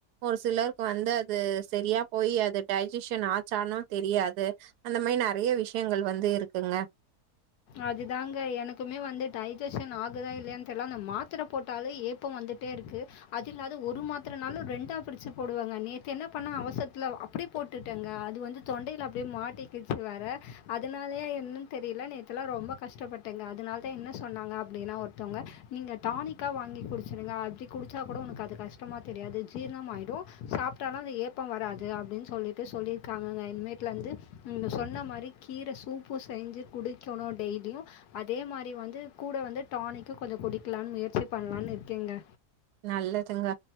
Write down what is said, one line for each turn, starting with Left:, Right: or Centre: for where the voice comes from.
Right: ஒரு சிலருக்கு வந்து அது செரியா போயி அது டை ஜிஷன் ஆச்சானு தெரியாது அந்த மாரி நறைய விஷ்யங்கள் வந்து இருக்குங்க
Left: அதுதாங்க எனக்குமே வந்து டைஜஷன் ஆகுதா இல்லயான் தெர்ல அந்த மாத்தர போட்டாலே ஏப் போ வந்துட்டே இருக்கு அது இல்லாத ஒரு மாத்திரனாலு ரெண்டா பிரிச்சு போடுவங்க நேத்து என்ன பண்ண அவசரத்துல அப்டியே போட்டுட்டங்க அது வந்து தொண்டையில அப்டியே மாட்டிக்கிச்சு வேற அதனாலயா என்னனு தெரியில நேத் துலா ரொம்ப கஷ்டப்பட்டங்க அதனாலதா என்ன சொன்னாங்க அப்டின்னா ஒருத்தவ்ங்க நீங்க டானிக் க்கா வாங்கி குடுச்சுடுங்க அப்டி குடிச்சா கூட உனக்கு அது கஷ்டமா தெரியாது ஜீரணம் ஆயிடு சாப்டாலு அது ஏ ப்போ வராது அப்டின் சொல்லிட்டு சொல்லிருக்காங்கங்க இனிமேட்ல இருந்து ங்க சொன்ன மாரி கீர சூப்பு செஞ்சு குடிக்கணு டெய்லியு அதே மாரி வந்து கூட வந்து டானிக்கு கொஞ்ச குடிக்கலானு முயற்சி பண்லானு இருக்கேங்க
Right: நல்லதுங்க